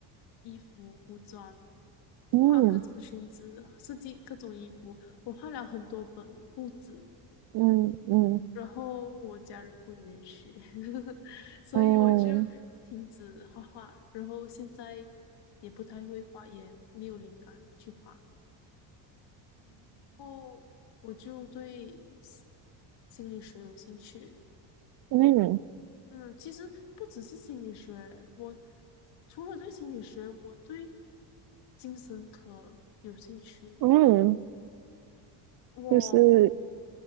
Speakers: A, on the left; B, on the right.
A: 衣服、服装，
B: 嗯
A: 画各种裙子，设计各种衣服。我画了很多本布子，
B: 嗯
A: 然后我家人不允许，<laughs> 所以我就停止画画。
B: 嗯
A: 然后现在也不太会画，也没有灵感去画。然后我就对心心理学有兴趣，
B: 嗯嗯
A: 嗯，其实不只是心理学，我除了对心理学，我对精神科有兴趣。
B: 嗯，
A: 我
B: 就是